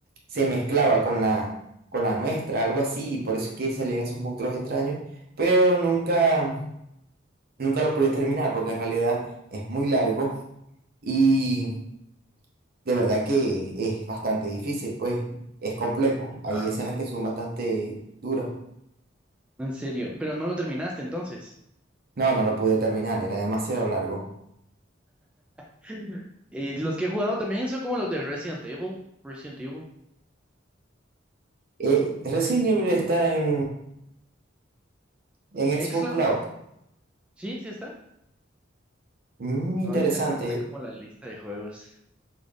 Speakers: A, on the right; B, in the centre.
A: se mezclaba con la, con la nuestra, algo así, y por eso es que salían esos monstruos extraños, pero nunca. Nunca lo pude terminar porque en realidad es muy largo y de verdad que es bastante difícil, pues es complejo. Hay
B: ajá.
A: escenas que son bastante duras.
B: En serio, pero no lo terminaste entonces.
A: No, no lo pude terminar, era demasiado largo.
B: <laughs> Y los que he jugado también son como los de Resident Evil, Resident Evil,
A: Eh, Resident Evil está en, en
B: en
A: Xbox
B: xCloud.
A: Cloud.
B: Sí, sí está.
A: Mm, interesante.
B: Ahorita encontré como la lista de juegos.